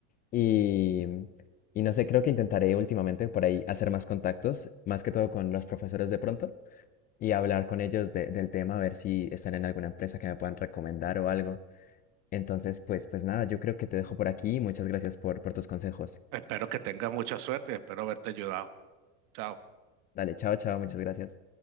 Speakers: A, on the left; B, on the right.
A: Y, y no sé, creo que intentaré últimamente por ahí hacer más contactos, más que todo con los profesores de pronto, y hablar con ellos de- del tema, a ver si están en alguna empresa que me puedan recomendar o algo. Entonces, pues, pues nada, yo creo que te dejo por aquí. y Muchas gracias por, por tus consejos.
B: Espero que tengas mucha suerte y espero haberte ayudado. Chao.
A: Dale, chao, chao, muchas gracias.